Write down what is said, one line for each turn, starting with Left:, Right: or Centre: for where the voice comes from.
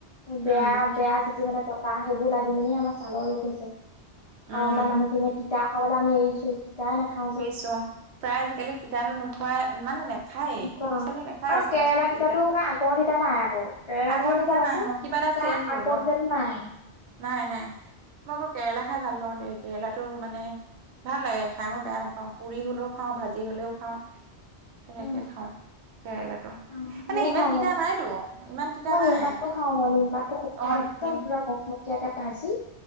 Left: বেয়া,
Right: উম
Left: বেয়া যিটো মানে বতাহ সেইবোৰ লাগি মেলি আমাৰ ছালৰ ৰোগত হৈছে। আৰু
Right: উম
Left: আমাৰ মানুহখিনিয়ে তিতা খাবলে আমি এৰিছো, তিতাই নাখাওঁ।
Right: এৰিছো অ', প্ৰায় আজিকালি তিতাটো নোখোৱাই, মানে নে খায়ে,
Left: খোৱা
Right: ল'ৰা-ছোৱালী নাখাই
Left: আৰু
Right: চাবাচোন
Left: কেৰেলা তিতাটো
Right: তিতাতো,
Left: মানে আগৰ তিতা নাই আকৌ কেৰেলাটো
Right: আগৰ
Left: তুমি
Right: তিতা
Left: চাবাচোন
Right: নাই অ'। কিবা এটা
Left: তিতা
Right: চেঞ্জ
Left: আগৰ
Right: হ'ল অ'।
Left: তিতাটো নাই
Right: নাই, নাই। মই আকৌ কেৰেলা খাই ভাল পাওঁ দেই, কেৰেলাটো মানে ভাল লাগে খাই। বেয়া নাপাওঁ। পুৰি হ'লেও খাওঁ, ভাজি হ'লেও খাওঁ
Left: উম,
Right: তেনেকে খাওঁ। কেৰেলাতো,
Left: অ
Right: মানে
Left: ময়ো
Right: ইমান
Left: খাওঁ
Right: তিতা
Left: বাৰু
Right: নাইতো, ইমান তিতা
Left: মই
Right: নাই
Left: নিমপাতটো খাওঁ বাৰু নিমপাতটো শুকান
Right: অ'।
Left: একদম
Right: নিম
Left: পুৰা মোক-মকিয়াকৈ ভাজি,